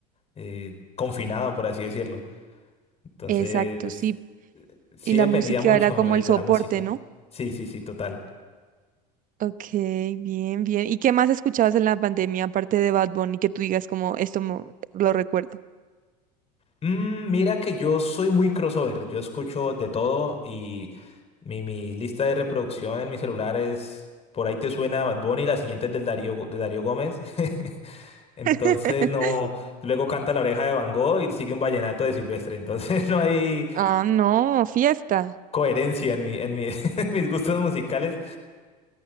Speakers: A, on the left (about 30°); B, on the right (about 40°).
A: eh, confinado, por así decirlo. Entonces,
B: Exacto, sí.
A: eh, sí
B: Y la
A: dependía
B: música
A: mucho
B: era como
A: de,
B: el
A: de
B: soporte,
A: la música.
B: ¿no?
A: Sí, sí, sí, total.
B: Ok, bien, bien. ¿Y qué más escuchabas en la pandemia, aparte de Bad Bunny, que tú digas como, esto mo- lo recuerdo?
A: Mm, mira que yo soy muy crossover, yo escucho de todo y mi, mi lista de reproducción en mi celular es, por ahí te suena Bad Bunny, la siguiente es del Darío, Gó- de Darío Gómez. <laughs> Entonces
B: <laughs>
A: no, luego canta La Oreja de Van Gogh y sigue un vallenato de Silvestre. Entonces <laughs> no hay
B: Ah, no, fiesta.
A: coherencia en mi, en mi- <laughs> en mis gustos musicales.